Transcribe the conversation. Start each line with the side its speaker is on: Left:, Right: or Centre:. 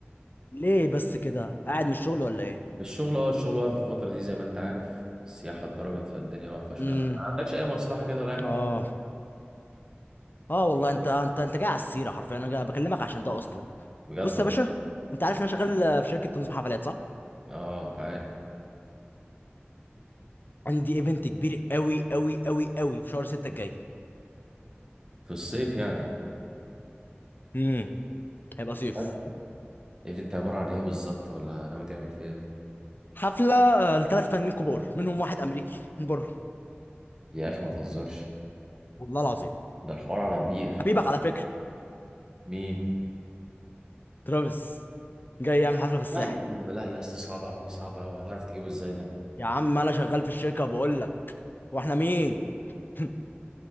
Left: ليه بس كده قاعد من الشغل ولا ايه
Right: الشغل اه الشغل واقف الفتره دي زي ما انت عارف السياحه اتضربت فالدنيا واقفه شويه
Left: امم
Right: ما ما عندكش اي مصلحه كده ولا اي حاجه
Left: اه اه والله انت انت انت جاي على السيرة حرفيا انا جاي بكلمك عشان ده اصلا
Right: بجد
Left: بص يا
Right: والله.
Left: باشا انت عارف ان انا شغال في شركة تنظيم حفلات صح
Right: اه عارف
Left: عندي ايفنت كبير قوي قوي قوي قوي في شهر 6 الجاي
Right: في الصيف يعني
Left: امم هيبقى
Right: طب
Left: صيف
Right: ودي. ايفنت عباره عن ايه بالظبط ولا ناوي تعمل فيه ايه
Left: حفلة لثلاث فنانين كبار منهم واحد امريكي من بره
Right: يا اخي ما تهزرش
Left: والله العظيم
Right: ده الحوار على كبير
Left: حبيبك على فكرة
Right: مين
Left: ترافيس جاي يعمل حفلة في الساحل
Right: لا يا عم لا يا اسطى صعب قوي صعب قوي هتعرف تجيبه ازاي ده
Left: يا عم انا شغال في الشركه بقول لك واحنا مين <laughs> اه